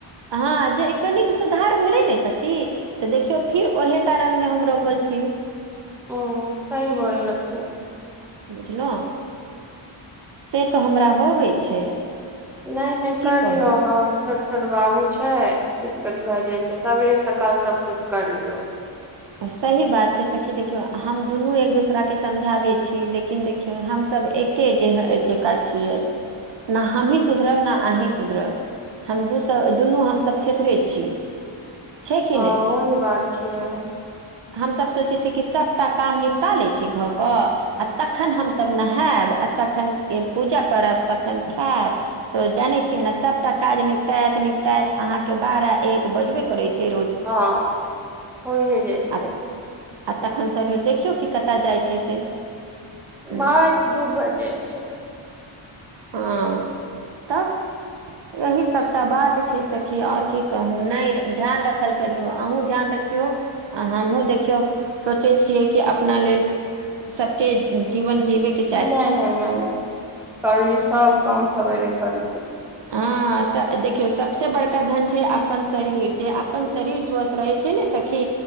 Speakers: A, on the right; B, in the centre.
A: हँ जे कनिक सुधार भेलै ने सखी से देखियौ फिर ओहेटा रंगमे हम रंगल छी
B: ओ सही बोल लकै
A: बुझलौं से तऽ हमरा होबे छै
B: नहि नहि
A: की
B: कर
A: कहू
B: लियौ ह छोट छोट बाबू छै दिक्कत भए जाय छै सबेरे सकाल सब कुछ कर लियौ
A: सही बात छै सखि देखियौ हम दुनू एक दोसराके समझाबै छी लेकिन देखियौ हमसभ एक के जे जे का छियै न हमही सुधरब ने अहीं सुधरब हम दू सब दुनू हमसभ थेथरे छी छै कि
B: हँ
A: नहि
B: ओही बात छियै
A: हमसभ सोचै छियै कि सभटा काम निपटा लै छी घऽ कऽ आ तखन हमसभ नहायब आ तखन पूजा करब तखन खायब तऽ जानै छियै ने सभटा काज निपतात निपटात अहाँके बारह एक बजबे करै छै रोज
B: हँ होइए जाइ छै
A: आ आ तखन शरीर देखियौ कि कतय जाइत छै से हूँ,
B: बारह की दू बाजि जाइत छै
A: हँ तब एहि सभटा बात छै सखी आओर की कहू नहि ध्यान रखल करियौ अहूँ ध्यान रखियौ आ हमहुँ देखियौ सोचै छियै कि अपना लेल सबके जीवन जीबेके
B: नहि नहि नहि करलिय सब काम सवेरे करलियै
A: हँ देखियौ सबसँ बड़का धन छै अपन शरीर जे अपन शरीर स्वस्थ रहै छै ने सखी